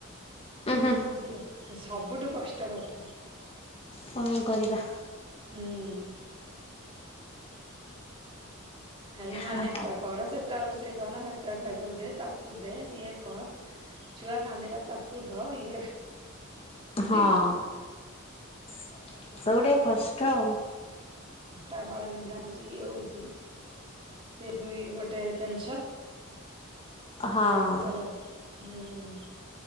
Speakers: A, on the left; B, on the right.
A: ଉଁ ହୁଁ
B: ବୁଝିଲା ସବୁଠୁ କଷ୍ଟ ପାଠ
A: କଣ କରିବା।
B: ହୁଁ ହେଲୁ ମାନେ
A: ହଁ
B: ଏଟା କର ସେଟା ରୋଷେଇ କର ଏଟା ଖାଇବାକୁ ଦେ ତାକୁ ଦେ ଇଏ କର ଛୁଆ କାନ୍ଦିଲା ତାକୁ ଧ ଇଏ ଭାରି
A: ହଁ
B: କଷ୍ଟ
A: ସବୁ ଟିକେ କଷ୍ଟ ଆଉ
B: ଫଟା କଳ ବିନ୍ଧା ହଉଛି ଇଏ ହଉଛି ସେ ବି ଗୋଟେ ଟେନସନ ବିରକ୍ତ
A: ହଁ
B: ଲାଗେ ହୁଁ